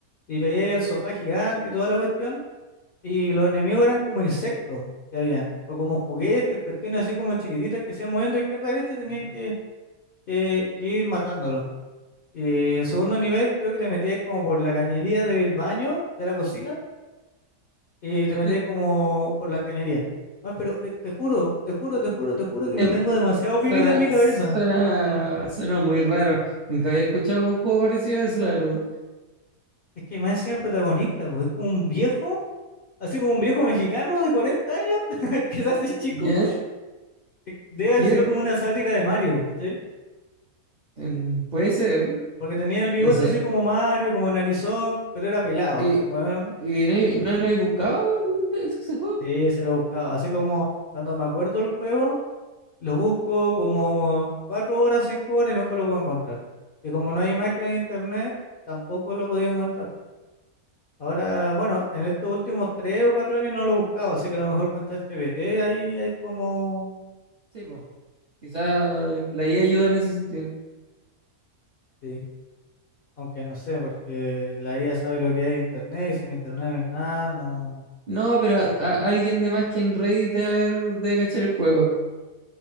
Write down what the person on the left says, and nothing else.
y veía el sofá gigante y toda la cuestión, y los enemigos eran como insectos que habían, o como juguetes, cuestiones así como chiquititas que se iban moviendo de izquierda a derecha y tenías
que, que- que ir matándolos. Y el segundo nivel creo que te metías como por la cañería del baño, de la cocina y te
metías como por la cañería. Bueno, pero eh, te juro, te juro, te juro, te juro que
lo tengo demasiado
vivido en mi cabeza.
Mm.
Es que más encima el protagonista, pues, es como un viejo, así como un viejo mexicano de 40 años, <laughs> que se hace chico.
Eh, Debe
haber sido
como una sátira de Mario, ¿cachai?
Porque tenía el bigote
así como Mario, como narizón, pero era pelado,
el weón.
Y-
Sí, se lo buscaba. Así como cuando me acuerdo del juego. Lo busco como cuatro horas, cinco horas y nunca lo puedo encontrar. Y como no hay imagen en internet, tampoco lo he podido encontrar. Ahora, bueno, en estos últimos tres o cuatro años no lo he buscado, así que a lo mejor con ChatGPT ahí hay como...
Sí, aunque no sé, porque la IA sabe lo que hay en internet y si en internet no hay nada, no...